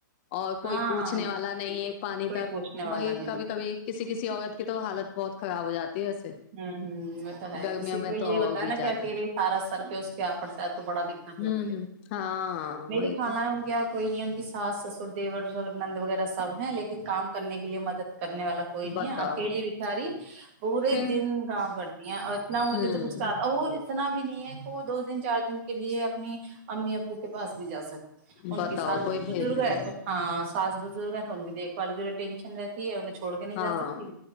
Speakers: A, on the left (about 35°); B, on the right (about 35°).
A: اور
B: ہاں
A: کوئی پوچھنے والا نہیں ہے پانی
B: کوئی
A: تک
B: پوچھنے والا
A: بی
B: نہیں
A: کبھی کبھی کسی کسی عورت کی تو حالت بہت خراب ہو جات
B: ہوں
A: ہے ویسے
B: ہ وہ تو ہے
A: گرمیوں
B: کسی
A: میں
B: کو یہ
A: تو اور
B: ہوتا
A: بھی
B: ہے نا
A: زیادہ
B: کہ اکیے سارا سر پہ اس کے آ پڑتا ہے تو بڑا دقت
A: ہوں
B: ہوتی ہے
A: ہوں ہاں
B: میری
A: وہی
B: کھانا
A: تو
B: ہے ان کیا کوئی نہیں ان کی ساس سسر دیور ج نند وغیرہ سب ہے لیکن کام کرنے کے لیے مدد کرنے والا کوئی نہیں
A: بتاؤ
B: ہے اکیلی بچاری پورے
A: پھر
B: دن کام کرتی ہیں اور اتنا مجھے
A: ہوں
B: تو کچھ کہ وہ اتنا بھی نہیں ہے کہ وہ دو دن چار دن کے لیے اپنی امی ابو کو پاس بھی جا سکتے ان
A: بتاؤ
B: کے سس
A: کوئی بھیجنے
B: بزرگ ہے
A: کا
B: تو ہاں سس ب بزرگ تو ان کییکھ بال کی ینشن رہتی ہے چھڑ نہیں جا
A: ہاں
B: سکتی